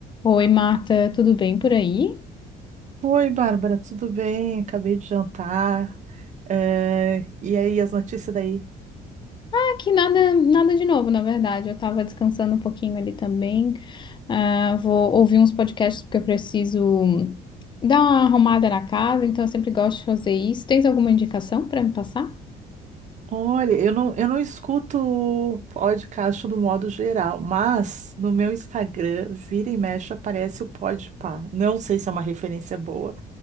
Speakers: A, on the left (about 30°); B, on the right (about 45°).
A: Oi, Marta, tudo bem por aí?
B: Oi, Bárbara, tudo bem? Acabei de jantar. Eh, E aí, as notícias daí?
A: Aqui nada, nada de novo, na verdade. Eu tava descansando um pouquinho ali também. Ah, vou ouvir uns podcasts porque eu preciso dar uma arrumada na casa, então eu sempre gosto de fazer isso. Tens alguma indicação para me passar?
B: Olha, eu não, eu não escuto podcast do modo geral, mas no meu Instagram, vira e mexe, aparece o Podpah. Não sei se é uma referência boa.